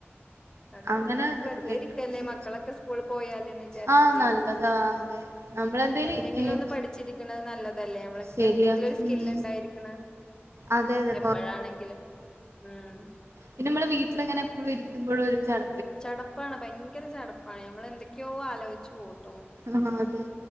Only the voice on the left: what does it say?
അത്
ഞാൻ
വെറ്തെ ഇരിക്കല്ലേ
മക്കളൊക്കെ സ്കൂൾ പോയാലന്ന് വിചാരിച്ചിട്ട്
ഉംഎന്തെങ്കിലൊന്ന്
പഠിച്ചിരിക്കണ് നല്ലത
എന്തെങ്കിലൊരു സ്കില്
ണ്ടായിരിക്കണ്
എപ്പഴാണെങ്കിലും ഉം
ചടപ്പാണ്, ഭയങ്കര ചടപ്പാണ്, നമ്മൾ എന്തൊക്കെയോ ആലോചിച്ച് കൂട്